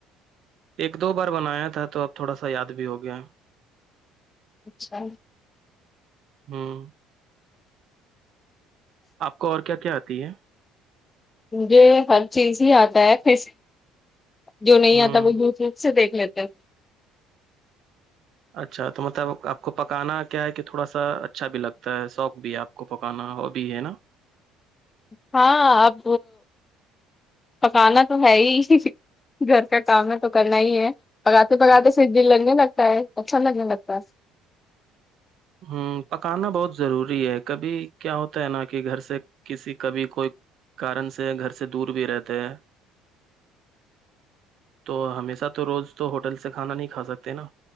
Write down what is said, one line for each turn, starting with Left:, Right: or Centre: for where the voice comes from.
Right: ایک دو بار بنایا تھا تو اب تھوڑا سا یاد بھی ہو گیا
Left: اچھا
Right: ہوں آپ کو اور کیا کیا آتی ہے
Left: مجھے ہر چیز ہی آتا ہےس جو نہیں
Right: ہوں
Left: آتا وہ دھ لکھ سے دیکھ لیتے ہیں
Right: اچھا تو مطلب آپ کو پکانا کیا ہے تھوڑا سا اچھا بھی لگتا ہے شوق بھی ہے آپ کو پکانا ہو بھی ہے نا
Left: ہاں اب پکانا تو ہے ہی گھر کا کام تو کرنا ہی ہے پگاتے
Right: نا
Left: پگاتے سدی لگنے لگتا ہے اھا لگے لگتا ہے
Right: ہوں پکانا بہت ضروری ہے کبھی کیا ہوتا ہے نا کہ گھر سے کسی کبھی کوئی کارن سے گھر سے دور بھی رہتے ہیں
Left: ج
Right: تو ہمیشہ تو روز تو ہوٹل سے کھانا نہیں کھا سکتے نا